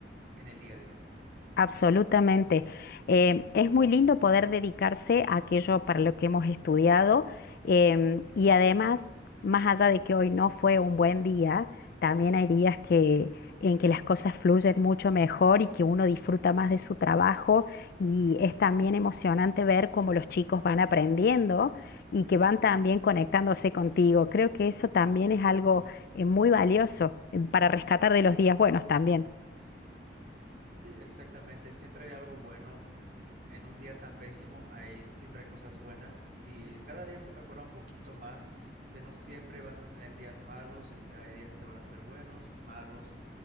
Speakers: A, on the right; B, on the left.
A: en el día a día.
B: Absolutamente. Eh, es muy lindo poder dedicarse a aquello para lo que hemos estudiado em, y además, más allá de que hoy no fue un buen día, también hay días que, en que las cosas fluyen mucho mejor y que uno disfruta más de su trabajo y es también emocionante ver cómo los chicos van aprendiendo y que van también conectándose contigo. Creo que eso también es algo eh, muy valioso eh, para rescatar de los días buenos también.
A: Sí, exactamente. Siempre hay algo bueno. eh, En un día tan pésimo hay siempre hay cosas buenas y cada día se mejora un poquito más. Este, no siempre vas a tener días malos. Este, hay días que van a ser buenos, malos